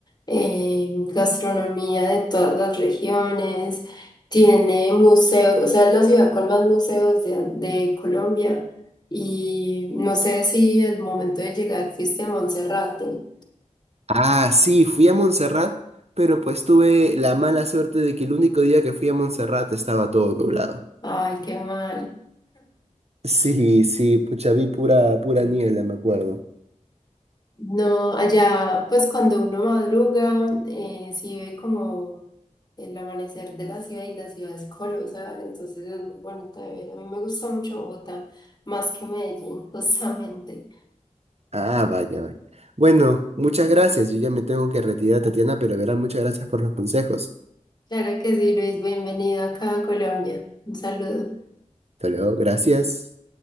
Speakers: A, on the left; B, on the right.
A: eh, gastronomía de todas las regiones, tiene museos, o sea, es la ciudad con más museos de, de Colombia. Y no sé si el momento de llegar fuiste a Monserrate.
B: Ah, sí, fui a Montserrat, pero pues tuve la mala suerte de que el único día que fui a Montserrat estaba todo nublado.
A: Ay, qué mal.
B: Sí, sí, pucha, vi pura, pura niebla, me acuerdo.
A: No, allá, pues cuando uno madruga, eh, sí ve como el amanecer de la ciudad y la ciudad es colosal, entonces es muy bonita de ver. A mí me gusta mucho Bogotá, más que Medellín, <laughs> justamente.
B: Ah, vaya, vaya. Bueno, muchas gracias. Yo ya me tengo que retirar, Tatiana, pero de verdad, muchas gracias por los consejos.
A: Claro que sí, Luis. Bienvenido acá a Colombia. Un saludo.
B: Hasta luego, gracias.